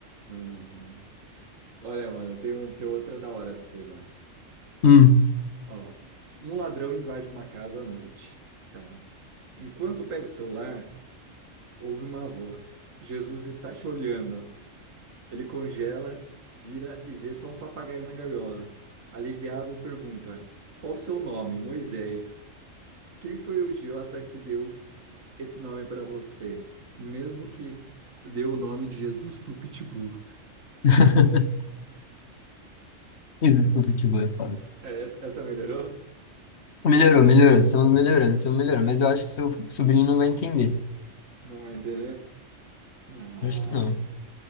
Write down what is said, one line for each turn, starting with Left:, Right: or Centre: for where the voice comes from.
Right: Uhum. Olha, mano, tem, um- tem outra da hora pra você, mano. Tá.
Left: Hum.
Right: Ó. Um ladrão invade uma casa à noite. Tá. Enquanto pega o celular, ouve uma voz. Jesus está te olhando. Ele congela, vira e vê só um papagaio na gaiola. Aliviado, pergunta: Qual o seu nome, Moisés? Quem foi o idiota que deu esse nome para você? Mesmo que deu o nome de Jesus pro Pitbull.
Left: <laughs> Desculpa, futebol é foda.
Right: É, essa, essa melhorou?
Left: Melhorou, melhorou, estamos melhorando, estamos melhorando. Mas eu acho que seu sobrinho não vai entender.
Right: Não vai entender? Ah,
Left: Eu acho que não.